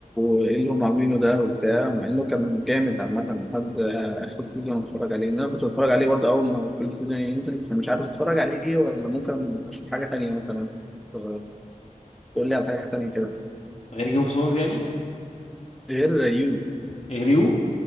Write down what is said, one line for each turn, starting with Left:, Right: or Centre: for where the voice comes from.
Centre: وايه اللي هم عاملينه ده وبتاع مع انه كان جامد عامه لحد اخر سيزون اتفرج عليه ان انا كنت بتفرج عليه برضه اول ما كل سيزون ينزل فمش عارف اتفرج عليه ولا ممكن اشوف حاجه تانية مثلا ف- تقول لي على حاجه تانية كده
Left: غير جيم اوف ثرونز يعني
Centre: غير يو
Left: غير يو